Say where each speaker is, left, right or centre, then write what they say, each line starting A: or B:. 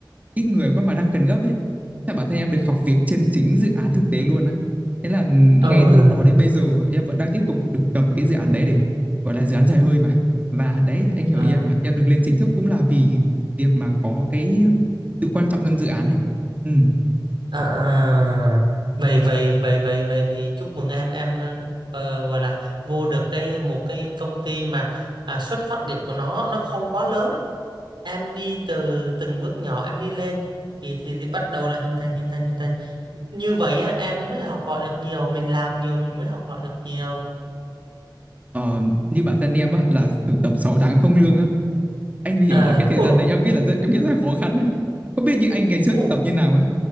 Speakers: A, on the right (about 20°); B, on the right (about 70°).
A: ít người quá mà đang cần gấp ấy thế bản thân em được học việc trên chính dự án thực tế luôn á thế là
B: Ừ.
A: ngay từ lúc đó đến bây giờ em vẫn đang tiếp tục được cầm cái dự án đấy để gọi là dự án dài hơi mà và đấy anh hiểu
B: À.
A: ý em mà em được lên chính thức cũng là vì việc mà có cái sự quan trọng trong dự án ấy ừ.
B: À, à, vậy vậy vậy vậy vậy thì chúc mừng em em ờ, gọi là vô được cái một cái công ty mà à, xuất phát điểm của nó nó không quá lớn em đi từ từng bước nhỏ em đi lên thì thì, thì bắt đầu là hình thành hình thành hình thành như vậy á em mới học hỏi được nhiều mình làm nhiều mình mới học hỏi được nhiều
A: ờ, như bản thân em á là thực tập 6 tháng không lương á anh hiểu
B: à
A: là cái thời
B: ồ
A: gian đấy em nghĩ là rất, em nghĩ rất là khó khăn đấy không biết như anh ngày trước
B: ồ
A: thực tập như nào á